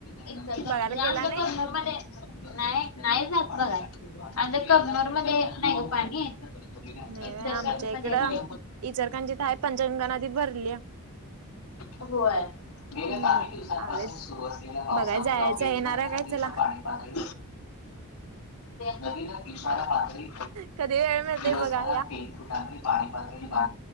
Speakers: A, on the left; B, on the right.
A: एकदा
B: बघायला गेला
A: आमच्या
B: नाही?
A: कनमध्येध्ये नाही नाही जात बघा अ कर मध्ये एक नाही ग पाणी ईतल
B: नाही बाई आमच्या
A: करंजी
B: इकडं
A: मधी येतय
B: इचलकरंजीत हाय पंचगंगा नदी भरलीया.
A: होय गेल्या
B: हम्म
A: काही दिवसांपासून
B: आले
A: सुरु असलेल्यातत पावसामु
B: बघाय जायचं
A: वेदगंगा
B: येणार आहे काय
A: नदीच्या
B: चला?
A: पाणी पातळी नवीन पशा पातळी
B: कधी वेळ मिळतोय
A: दिवसभरात
B: बघा या.
A: ते फुटाकली पाणी पातळी